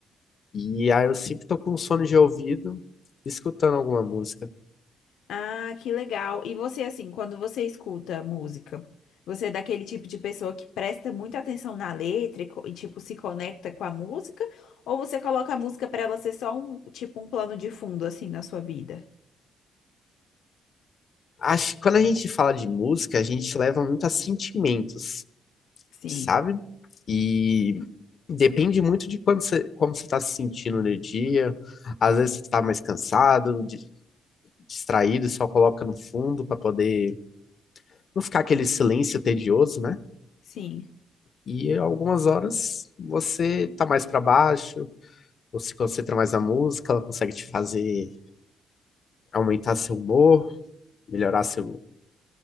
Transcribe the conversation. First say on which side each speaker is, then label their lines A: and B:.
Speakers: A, on the left; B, on the left.
A: E aí eu sempre tô com um sono de ouvido, escutando alguma música.
B: Ah, que legal. E você, assim, quando você escuta música, você é daquele tipo de pessoa que presta muita atenção na letra e, co- e, tipo, se conecta com a música? Ou você coloca a música pra ela ser só um, tipo, um plano de fundo, assim, na sua vida?
A: Acho que quando a gente fala de música, a gente leva muito a sentimentos,
B: Sim,
A: sabe? E depende muito de quando você, como você está se sentindo no dia. Às vezes você está mais cansado, di- distraído, só coloca no fundo para poder não ficar aquele silêncio tedioso, né?
B: sim,
A: E algumas horas você tá mais para baixo, ou se concentra mais na música, ela consegue te fazer aumentar seu humor, melhorar seu,